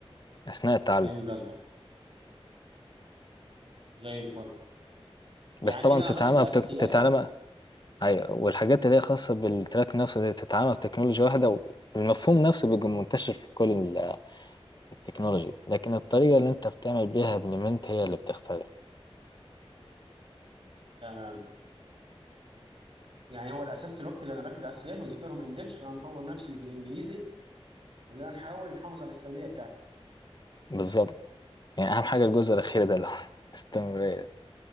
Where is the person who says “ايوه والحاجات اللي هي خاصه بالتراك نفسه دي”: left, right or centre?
Left